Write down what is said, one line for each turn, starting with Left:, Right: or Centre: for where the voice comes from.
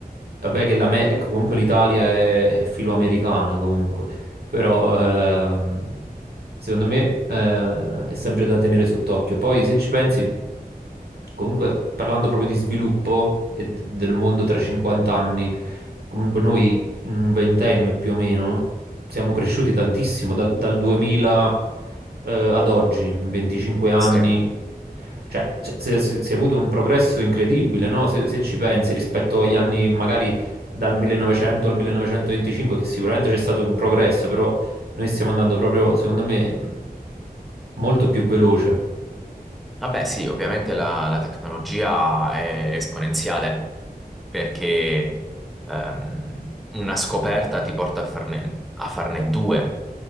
Right: vabbè che l'Ame- comunque l'Italia è, è filoamericana comunque però ehm, secondo me eh, è sempre da tenere sott'occhio. Poi se ci pensi, comunque parlando proprio di sviluppo e d- del mondo tra 50 anni, comunque noi in un ventennio più o meno siamo cresciuti tantissimo dal, dal 2000 eh, ad oggi, in 25 anni.
Centre: Sì.
Right: Cioè, se- se- se- si è avuto un progresso incredibile, no? Se, se ci pensi rispetto agli anni magari dal 1900 al 1925, che sicuramente c'è stato un progresso, però noi stiamo andando proprio, secondo me, mh, molto più veloce.
Centre: Vabbè, sì, ovviamente la, la tecnologia è esponenziale perché ehm, una scoperta ti porta a farne, a farne due,